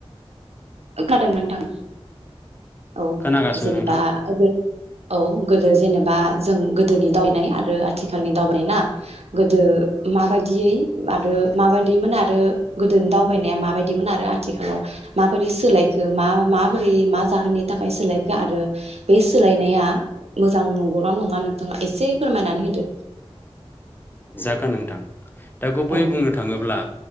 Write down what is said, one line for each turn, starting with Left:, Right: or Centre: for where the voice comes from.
Right: खोनादोंना नोंथां औ
Left: खोनागासिनो
Right: जेनेबा
Left: नोंथां
Right: गो औ गोदो जेनेबा जों गोदोनि दावबायनाय आरो आथिखालनि दावबायनाय ना गोदो माबायदियै आरो माबायदिमोन आरो गोदोनि दावबायनाया माबायदिमोन आरो आथिखालाव मा बोरै सोलायखो मा मा माबोरै मा जाहोननि थाखाय सोलायखो आरो बे सोलायनाया मोजां नंगौ नङा नोंथाङा एसे फोरमायनानै होदो
Left: जागोन नोंथां दा गुबैयै
Right: औ
Left: बुंनो थाङोब्ला